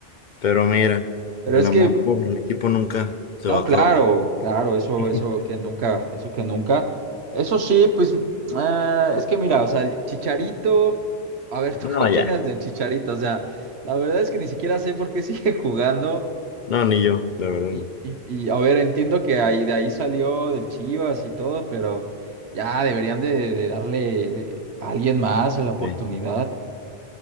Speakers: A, on the left (about 55°); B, on the right (about 80°).
A: Pero mira,
B: Pero
A: el
B: es
A: amor
B: que
A: por el equipo nunca se
B: No,
A: va a
B: claro,
A: acabar.
B: claro, eso,
A: <laughs>
B: eso que nunca, eso que nunca. Eso sí, pues, eh, es que mira, o sea, el Chicharito, a ver, <laughs> ¿tú
A: No,
B: qué opinas
A: ya.
B: del Chicharito? O sea, la verdad es que ni siquiera sé por qué <laughs> sigue jugando.
A: No, ni yo, la verdad
B: Y,
A: no.
B: y, y, a ver, entiendo que ahí, de ahí salió del Chivas y todo, pero ya deberían de, de darle a alguien más la oportunidad.
A: Sí.